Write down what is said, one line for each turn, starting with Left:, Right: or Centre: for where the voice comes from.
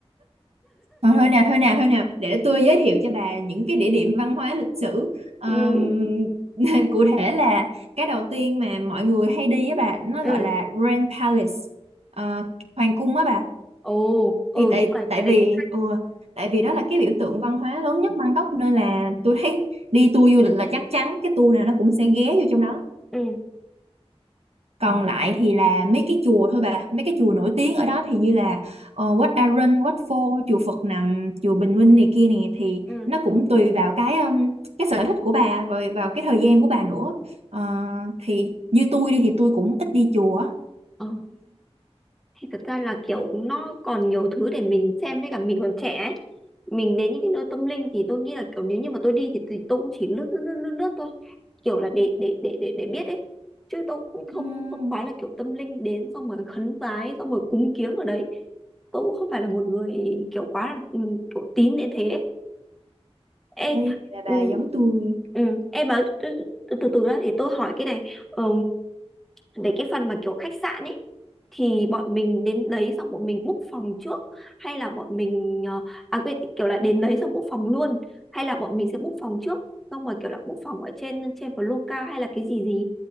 Right: Thôi, thôi nào thôi nào thôi nào để tôi giới thiệu cho bà những cái địa điểm văn hóa lịch sử Ờm,
Centre: Ừ,
Right: <laughs> cụ thể là cái đầu tiên mà mọi người hay đi á bà nó
Centre: ừ,
Right: gọi là Grand Palace Ờ, hoàng cung á bà
Centre: ồ, ừ
Right: thì tại
Centre: đúng rồi,
Right: tại
Centre: cái
Right: vì
Centre: đấy cũng
Right: ừ, tại vì đó là cái biểu tượng văn hóa lớn nhất Bangkok nên là tôi thấy đi tour du lịch là chắc chắn cái tour nào nó cũng sẽ ghé vô trong đó
Centre: ừ,
Right: còn lại thì là mấy cái chùa thôi bà mấy cái chùa nổi tiếng ở đó thì như là ờ, Wat Arun Wat Pho chùa Phật Nằm chùa Bình Minh này kia này thì
Centre: ừ,
Right: nó cũng tùy vào cái um, cái sở thích của bà và vào cái thời gian của bà nữa Ờ, thì như tôi đi thì tôi cũng ít đi chùa
Centre: ừ. Thì thật ra là kiểu nó còn nhiều thứ để mình xem với cả mình còn trẻ ấy. Mình đến những cái nơi tâm linh thì tôi nghĩ là kiểu nếu như mà tôi đi thì, thì tôi cũng chỉ lướt lướt lướt lướt, lướt thôi. kiểu là để để để để để biết ấy chứ tôi cũng không
Right: Ừm,
Centre: không phải là kiểu tâm linh đến xong rồi khấn vái xong rồi cúng kiếng ở đấy tôi cũng không phải là một người kiểu quá là ừ, kiểu tín đến thế ấy. ê
Right: đây vậy là bà
Centre: ừ,
Right: giống tôi
Centre: ừ, em bảo từ từ từ từ để tôi hỏi cái này ừ, để cái phần mà kiểu khách sạn ấy thì bọn mình đến đấy xong bọn mình book phòng trước hay là bọn mình ờ, à quên kiểu là đến đấy xong book phòng luôn hay là bọn mình sẽ book phòng trước xong rồi kiểu là book phòng ở trên trên Loca hay là cái gì gì